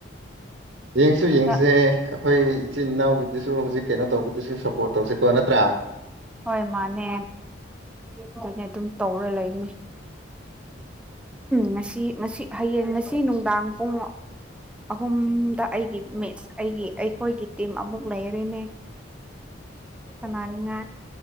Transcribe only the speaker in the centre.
ꯍꯟꯗꯛ
ꯍꯣꯏ ꯃꯥꯅꯦ ꯑꯗꯨꯅꯦ ꯑꯗꯨꯝ ꯇꯧꯔ ꯂꯩꯅꯤ ꯉꯁꯤ ꯉꯁꯤ ꯍꯌꯦꯡ ꯉꯁꯤ ꯅꯨꯡꯗꯥꯡ ꯄꯨꯡ ꯑꯍꯨꯝꯗ ꯑꯩꯒꯤ ꯃꯦꯠꯁ ꯑꯩꯒꯤ ꯑꯩꯈꯣꯏꯒꯤ ꯇꯤꯝ ꯑꯃꯨꯛ ꯂꯩꯔꯦꯅꯦ ꯁꯅꯥꯅꯤꯡꯉꯥꯏ